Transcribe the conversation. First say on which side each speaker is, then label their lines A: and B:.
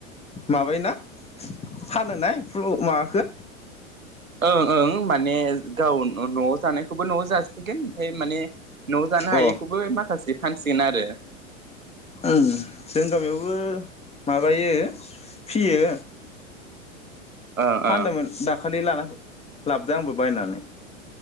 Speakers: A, on the left; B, on the right.
A: माबायोना फानोना एमफ्लु माबाखो
B: ओं ओं माने गाव नआव जानायखौबो नआव जासिगोन ओमफ्राय माने न जानो
A: अ
B: हायैखौबो माखासे फानसिगोन आरो
A: ओम जों गामियावबो माबायो फियो।
B: ओ
A: फानदोंमोन
B: ओ
A: दाखालि लाना फै लाबदो आंबो बायनानै